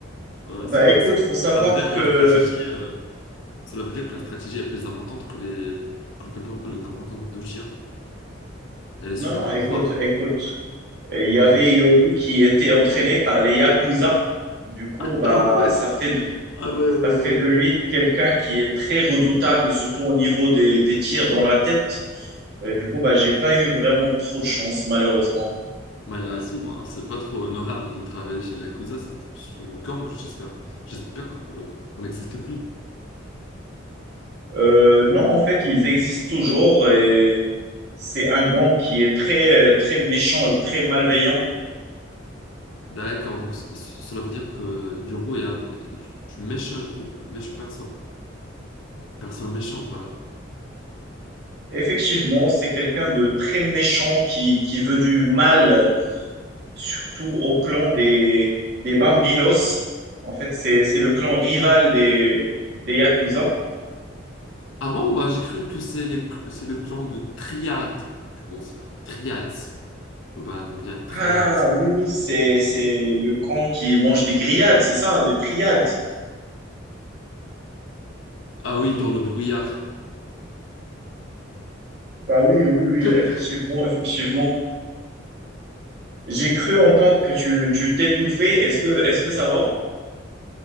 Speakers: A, on the left (about 70°); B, on the right (about 55°).
A: voilà,
B: Bah
A: cela,
B: écoute,
A: ce-
B: faut savoir
A: cela veut dire
B: que.
A: que la stratégie, euh, cela veut dire que la stratégie est plus importante que les, que le compo- le comportement de tir. Elle est
B: Non,
A: super
B: non,
A: pouvoir.
B: écoute, écoute. Il y
A: Ouais.
B: avait Yoru qui était entraîné par les Yakuza. Du coup,
A: <laughs>
B: bah,
A: Ah ouais.
B: ça fait de,
A: Ah ouais, ouais,
B: ça fait
A: ouais.
B: de lui quelqu'un qui est très redoutable, surtout au niveau des, des tirs dans la tête. Euh, du coup, bah, j'ai pas eu vraiment trop de chance, malheureusement.
A: Moi, là, ici, moi, c'est pas trop honorable de travailler chez Yakuza. C'est c'est une gang, j'espère. J'espère que euh, ça n'existe plus.
B: Euh, non, en fait, ils existent toujours et c'est un gang qui est très, euh, très méchant et très malveillant.
A: D'accord, donc c- c- cela veut dire que Yoro est, un- est une méchante personne. Personne méchante, voilà.
B: Effectivement, c'est quelqu'un de très méchant qui, qui veut du mal, euh, surtout au clan des, des Bambinos. En fait, c'est, c'est le clan rival des, des Yakuza.
A: Ah bon, bah, j'ai cru que c'est les cl- c'est le clan de Triad, je pense. Triads. Ou ben- ou bien Triads.
B: Ah oui, oui, c'est, c'est le clan qui mange des grillades, c'est ça, les triades.
A: Ah oui, dans le brouillard.
B: Bah oui, oui, oui,
A: <laughs>
B: effectivement, effectivement. J'ai cru entendre que tu tu t'étouffais. Est-ce que est-ce que ça va?